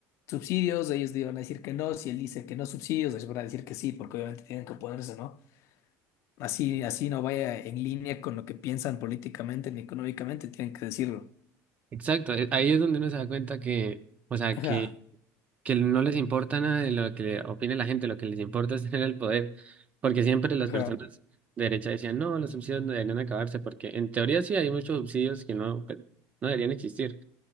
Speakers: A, on the left (about 45°); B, on the right (about 20°).
A: subsidios, ellos van a decir que no, si él dice que no subsidios, ellos van a decir que sí, porque obviamente tienen que oponerse, ¿no? Así, así no vaya en línea con lo que piensan políticamente ni económicamente, tienen que decirlo.
B: Exacto, eh, ahí es donde uno se da cuenta que, o sea,
A: Ajá,
B: que, que no les importa nada de lo que opine la gente, lo que les importa es <laughs> tener el poder, porque siempre las
A: ajá,
B: personas de derecha decían, no, los subsidios no deberían acabarse, porque en teoría sí hay muchos subsidios que no, pues, no deberían existir,